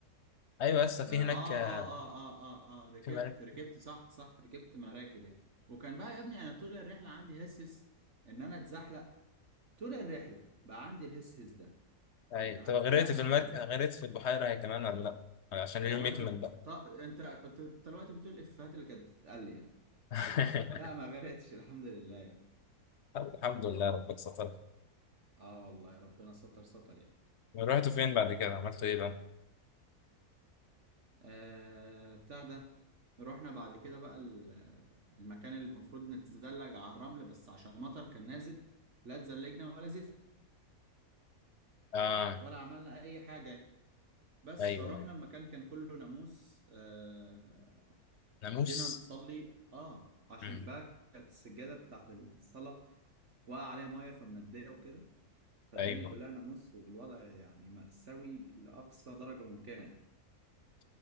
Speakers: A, on the left; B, on the right.
A: ايوه يا اسطى في
B: آه,
A: هناك
B: اه
A: آه،
B: اه اه اه اه اه ركبت
A: في مراكب
B: ركبت صح صح ركبت مراكب يعني وكان بقى يا ابني انا طول الرحلة عندي هسس ان انا اتزحلق طول الرحلة بقى عندي الهسهس ده
A: ايوه
B: انا
A: طب غرقت
B: هتزحلق
A: في المركب
B: انا مش
A: غرقت في البحيره هي كمان ولا لا عشان
B: والله
A: اليوم يكمل
B: كنت
A: بقى
B: ط... انت انت أنت دلوقتي بتقول الافيهات اللي كانت بتتقال لي يعني
A: <laughs>
B: لا ما غرقتش الحمد لله يعني
A: الحمد لله ربك ستر
B: اه والله ربنا ستر ستر يعني
A: رحتوا فين بعد كده عملتوا ايه بقى
B: آه بتاع ده رحنا بعد كده بقى ال- المكان اللي المفروض نتزلج على الرمل بس عشان مطر كان نازل لا اتزلجنا ولا زفت
A: اه
B: ولا عملنا اي حاجة يعني بس
A: ايوه
B: فروحنا
A: أيوة.
B: المكان كان كله ناموس آه
A: ناموس
B: جينا نصلي اه عشان
A: مم.
B: بقى كانت السجادة بتاعت الصلاة وقع عليها مية فمندية وكده فالدنيا
A: ايوه
B: كلها ناموس والوضع يعني مأساوي لأقصى درجة ممكنة يعني